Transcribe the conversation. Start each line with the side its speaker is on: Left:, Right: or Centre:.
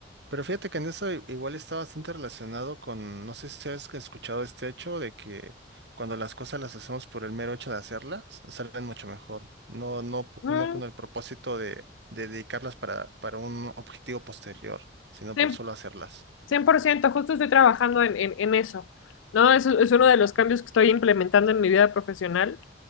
Right: Pero fíjate que en eso i- igual está bastante relacionado con, no sé si has escuchado este hecho de que cuando las cosas las hacemos por el mero hecho de hacerlas, salen mucho mejor. No, no, po-
Left: Mm,
Right: no con el propósito de, de dedicarlas para, para un objetivo posterior, sino
Left: 100%,
Right: por solo hacerlas.
Left: 100%, justo estoy trabajando en, en, en eso, ¿no? Es, es uno de los cambios que estoy implementando en mi vida profesional,